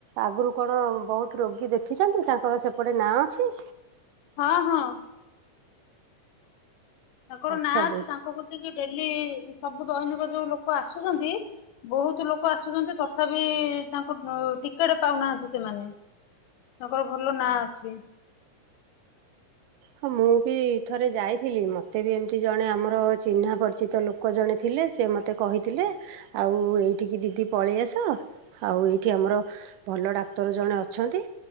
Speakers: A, on the right; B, on the left.
A: ଆଗରୁ କଣ ବହୁତ ରୋଗୀ ଦେଖିଛନ୍ତି। ତାଙ୍କର ସେପଟେ ନାଁ ଅଛି?
B: ହଁ ହଁ। ତାଙ୍କର
A: ଆଚ୍ଛା
B: ନାଁ ଅଛି
A: ଦେ
B: ତାଙ୍କ କତିକି ଡେଲି ସବୁ ଦୈନିକ ଯୋଉ ଲୋକ ଆସୁଛନ୍ତି ବହୁତ ଲୋକ ଆସୁଛନ୍ତି ତଥାପି ତାଙ୍କୁ ଟିକେଟ ପାଉନାହାନ୍ତି ସେମାନେ <inaudible> ତାଙ୍କର ଭଲ ନାଁ ଅଛି। <inaudible>
A: ହଁ ମୁଁ ବି ଥରେ ଯାଇଥିଲି ମୋତେ ବି ଏମିତି ଜଣେ ଆମର ଚିହ୍ନା ପରିଚିତ ଲୋକ ଜଣେ ଥିଲେ ସେ ମୋତେ କହିଥିଲେ ଆଉ ଏଇଠିକି ଦିଦି ପଳେଇ ଆସ ଆଉ ଏଇଠି ଆମର ଭଲ ଡାକ୍ତର ଜଣେ ଅଛନ୍ତି